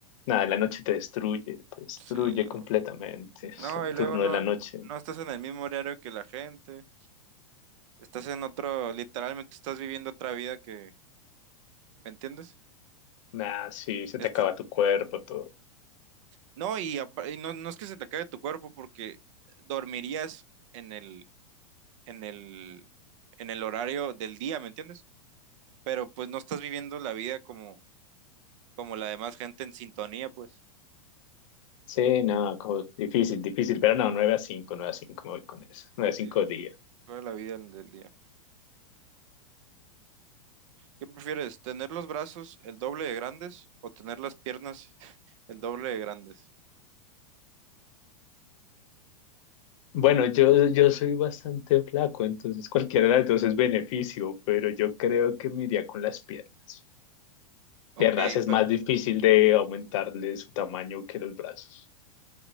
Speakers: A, on the left; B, on the right.
A: Nada, la noche te destruye, te destruye
B: Sí, no,
A: completamente. Es
B: No,
A: el
B: y
A: turno
B: luego no,
A: de la noche.
B: no estás en el mismo horario que la gente. Estás en otro, literalmente estás viviendo otra vida que, ¿me entiendes?
A: Nada, sí, se
B: Estás-
A: te acaba tu cuerpo, todo.
B: no, y, apa- y no, no es que se te acabe tu cuerpo porque dormirías en el, en el, en el horario del día, ¿me entiendes? Pero pues no estás viviendo la vida como, como la demás gente en sintonía, pues.
A: Sí, no, como difícil, difícil, pero no, 9 a 5, 9 a cinco. me voy con eso. 9
B: Sí,
A: a cinco días.
B: toda la vida del del día. ¿Qué prefieres, tener los brazos el doble de grandes o tener las piernas <laughs> el doble de grandes?
A: Bueno, yo, yo soy bastante flaco, entonces cualquiera de las dos es beneficio, pero yo creo que me iría con las piernas.
B: Ok,
A: Piernas es
B: pe-
A: más difícil de aumentarle su tamaño que los brazos.